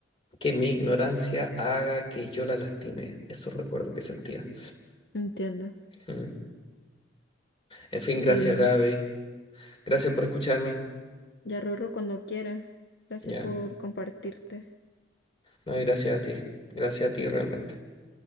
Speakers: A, on the left; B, on the left.
A: que mi ignorancia haga que yo la lastime. Eso recuerdo que sentía.
B: Entiendo.
A: Mm. En fin, gracias
B: Qué lindo.
A: Gaby. Gracias por escucharme.
B: Ya Rorro cuando quiera. Gracias
A: Ya.
B: por compartirte.
A: No, y gracias a ti. Gracias a ti realmente.